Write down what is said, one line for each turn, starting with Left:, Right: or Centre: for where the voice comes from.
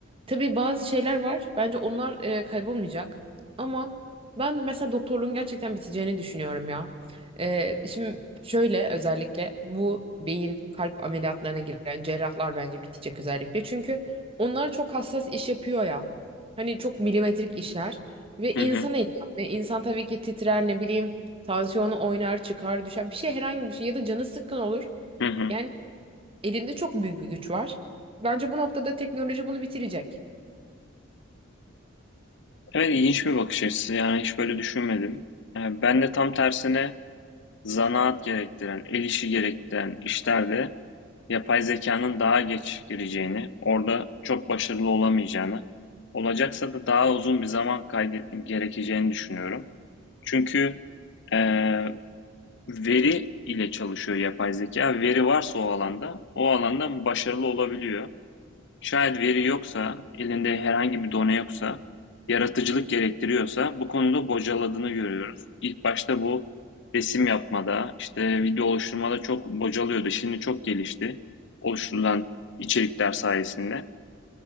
Right: Tabii bazı şeyler var. Bence onlar e, kaybolmayacak. Ama ben mesela doktorluğun gerçekten biteceğini düşünüyorum ya. E, şimdi şöyle özellikle bu beyin kalp ameliyatlarına giren cerrahlar bence bitecek özellikle. Çünkü onlar çok hassas iş yapıyor ya. Hani çok milimetrik işler ve
Left: Hı
Right: insan
Left: hı,
Right: eli yani insan tabii ki titrer ne bileyim Tansiyonu oynar, çıkar, düşer. Bir şey herhangi bir şey ya da canı sıkkın olur.
Left: hı hı.
Right: Yani elinde çok büyük bir güç var. Bence bu noktada teknoloji bunu bitirecek.
Left: Evet ilginç bir bakış açısı. Yani hiç böyle düşünmedim. E, ben de tam tersine Zanaat gerektiren, el işi gerektiren işlerde yapay zekanın daha geç gireceğini, orada çok başarılı olamayacağını, olacaksa da daha uzun bir zaman kaydı- gerekeceğini düşünüyorum. Çünkü eee, veri ile çalışıyor yapay zeka. Veri varsa o alanda, o alanda başarılı olabiliyor. Şayet veri yoksa, elinde herhangi bir done yoksa, yaratıcılık gerektiriyorsa bu konuda bocaladığını görüyoruz. İlk başta bu resim yapmada, işte video oluşturmada çok bocalıyordu. Şimdi çok gelişti oluşturulan içerikler sayesinde.